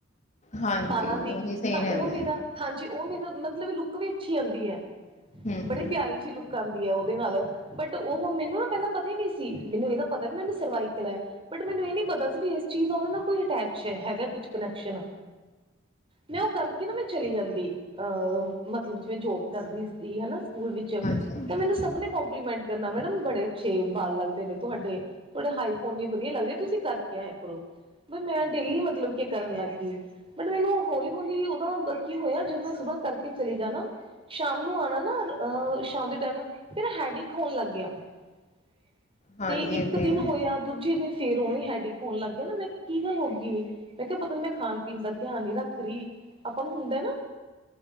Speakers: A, on the left; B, on the right.
A: ਹਾਂਜੀ
B: ਬਾਲਾਂ ਦੀ
A: ਉਹੀ ਸਹੀ
B: ਤਾਂ ਉਹ
A: ਰਹਿੰਦਾ
B: ਮੇਰਾ ਹਾਂਜੀ ਉਹ ਮੈਨੂੰ ਮਤਲਬ ਲੁੱਕ ਵੀ ਅੱਛੀ ਆੰਦੀ ਹੈ
A: ਹੂੰ
B: ਬੜੀ
A: ਹੂੰ
B: ਪਿਆਰੀ ਜਿਹੀ ਲੁੱਕ ਕਨ ਦੀ ਹੈ ਉਹਦੇ ਨਾਲ ਬਟ ਓਹ ਮੈਨੂੰ ਨਾ ਪਹਿਲਾਂ ਪਤਾ ਹੀ ਨਹੀਂ ਸੀ ਮੈਨੂੰ ਇਹਦਾ ਪਤਾ ਨੀ ਮੈਨੂੰ ਸਰਵਾਈਕਲ ਐ ਬਟ ਮੈਨੂੰ ਇਹ ਨੀ ਪਤਾ ਸੀ ਵੀ ਇਸ ਚੀਜ਼ ਦਾ ਉਹਦੇ ਨਾਲ ਕੋਈ ਅਟੈਚ ਹੈਗਾ ਕੁਛ ਕਨੈਕਸ਼ਨ ਮੈਂ ਓਹ ਕਰਕੇ ਨਾ ਮੈਂ ਚਲੀ ਜਾਂਦੀ ਅਹ ਮਤਲਬ ਜੇ ਜੋਬ ਕਰਦੀ ਹੈਨਾ ਸਕੂਲ ਵਿੱਚ
A: ਹਾਂਜੀ ਹਾਂਜੀ
B: ਤੇ ਮੈਨੂੰ ਸਬ ਨੇ ਕੋਂਪਲੀਮੈਂਟ ਕਰਨਾ ਮੈਡਮ ਬੜੇ ਅੱਛੇ ਬਾਲ ਲੱਗਦੇ ਨੇ ਤੁਹਾਡੇ ਤੁਹਾਡੇ ਹਾਈਪੋਨੀ ਵਦੀਆ ਲੱਗਦੀ ਤੁਸੀਂ ਕਰਕੇ ਆਇਆ ਕਰੋ ਵਈ ਮੈਂ ਡੇਲੀ ਮਤਲਬ ਕਿ ਕਰਨ ਲੱਗ ਗਈਏ ਬਟ ਮੈਨੂੰ ਹੌਲੀ ਹੌਲੀ ਓਦੋ ਕੀ ਹੋਇਆ ਜਦ ਮੈਂ ਸੁਬਾਹ ਕਰਕੇ ਚਲੀ ਜਾਨਾ ਸ਼ਾਮ ਨੂੰ ਆਉਣਾ ਨਾ ਅਹ ਸ਼ਾਮ ਦੇ ਟਾਈਮ ਫਿਰ ਹੈਡਿੰਕ ਹੋਨ ਲਗ ਗੇਆ <inaudible>
A: ਹਾਂਜੀ
B: ਤੇ
A: ਏਦਾਂ
B: ਇੱਕ ਦਿਨ
A: ਹੀ ਹੁੰਦਾ
B: ਹੋਇਆ ਦੂਜੇ ਦਿਨ ਫੇਰ ਉਵੇਂ ਹੈਡਿੰਕ ਹੋਣ ਲੱਗ ਗਏ ਨਾ ਮੈਂ ਕਿਹਾ ਕੀ ਗੱਲ ਹੋਗੀ ਮੈਂ ਕਿਹਾ ਪਤਾ ਨੀ ਮੈਂ ਖਾਨ ਪੀਨ ਦਾ ਧਿਆਨ ਨੀ ਰੱਖ ਰਹੀ ਆਪਾਂ ਨੂੰ ਹੁੰਦਾ ਏ ਨਾ